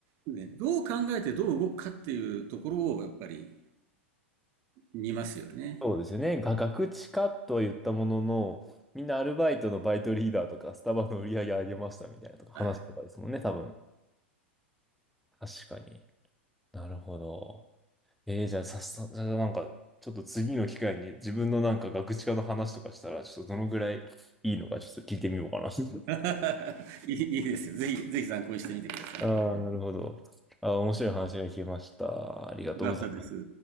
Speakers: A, on the right; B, in the centre.
A: ね、どう考えてどう動くかっていうところをやっぱり見ますよね。
B: そうですよね。が、ガクチカとは言ったものの、みんなアルバイトのバイトリーダーとか、スタバの売り上げ上げましたみたいなとか、話とかですもんね、
A: はい。
B: 多分。確かに。なるほど。えー、じゃあ、さっさ、じゃあなんか、ちょっと次の機会に自分のなんかガクチカの話とかしたら、ちょっとどのぐらいいいのかちょっと聞いてみようかな。<laughs>
A: <laughs> いいいいですよ。ぜひ、ぜひ参考にしてみてください。
B: ああ、なるほど。ああ、面白い話が聞けました。ありがとうございます。
A: よかったです。